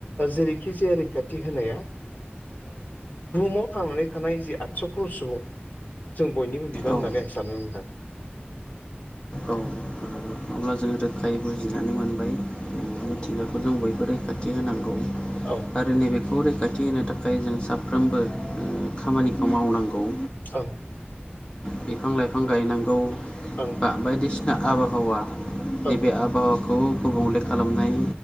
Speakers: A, on the left; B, on the left.
A: जेरैखि जाया रैखाथि होनाया बुहुमाव थांनानै थानाय जि आदस'ख्रर सुबुं जों बयनिबो बिबान
B: औ
A: होननानै आं सानो सानो नोंथां।
B: औ अब्ला जों रोखायै बुजिनानै मोनबाय मिथिंगाखौ जों बयबो रैखाथि होनांगौ
A: औ।
B: आरो नैबेखौ रैखाथि होनो थाखाय जों साफ्रोमबो खामानिखौ मावनांगौ।
A: औ
B: बिफां लाइफां गायनांगौ।
A: औ।
B: बा बायदिसिना आबहावा
A: औ
B: नैबे आबहावा खौ गुबुंले खालामनाय